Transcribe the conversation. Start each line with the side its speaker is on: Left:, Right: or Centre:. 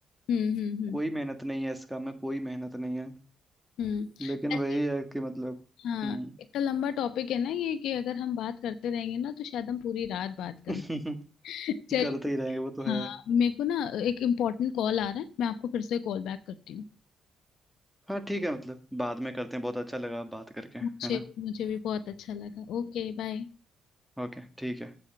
Left: हम्म हम्म हम्म
Centre: कोई मेहनत नहीं है इस काम में कोई मेहनत नहीं है
Left: हम्म
Centre: लेकिन
Left: ऐसे
Centre: वही है कि मतलब
Left: हाँ
Centre: हम्म
Left: इतना लंबा टॉपिक है ना ये कि अगर हम बात करते रहेंगे ना तो शायद हम पूरी रात बात कर
Centre: <laughs>
Left: लें <laughs> चलिए
Centre: करते ही रहेंगे वो तो है
Left: हाँ मेरे को ना एक इम्पोर्टेंट कॉल आ रहा है मैं आपको फिर से कॉल बैक करती हूँ
Centre: हाँ ठीक है मतलब बाद में करते हैं बहुत अच्छा लगा बात करके है
Left: मुझे
Centre: ना
Left: मुझे भी बहुत अच्छा लगा Okay bye
Centre: ओके ठीक है